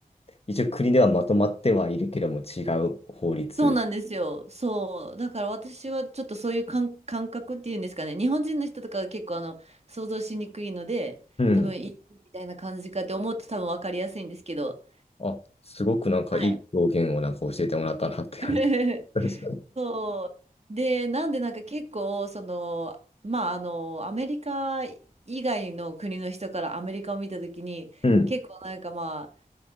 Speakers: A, on the left; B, on the right.
A: 一応国ではまとまってはいるけども違う法律。
B: そうなんですよ。そう。だから私はちょっとそういう感、感覚っていうんですかね。日本人の人とかは結構あの、想像しにくいので、
A: うん
B: 多分 EU みたいな感じかって思うと多分分かりやすいんですけど。
A: あ、すごくなんかいい表現をなんか教えてもらったなって感じ
B: はい。<laughs>
A: です。
B: そう。で、なんでなんか結構、その、まあ、あの、アメリカ以外の国の人からアメリカを見たときに、
A: うん。
B: 結構なんかまあ、